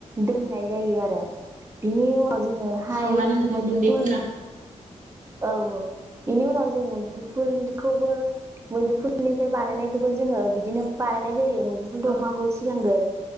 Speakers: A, on the right (about 20°); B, on the right (about 85°).
A: दोननाय जायो आरो बिनि उनाव जोङोहाय
B: सावनानै मोननाय
A: मैदफुल
B: गुन्दैखौना
A: औ औ बिनि उनाव जों गफुरदिखौबो मैदुफुलनिफ्राय बानायनायखौबो जोङो बिदिनो बानायनाय जायो मुदुफुल
B: औ
A: दंफांखौ सिगांगोर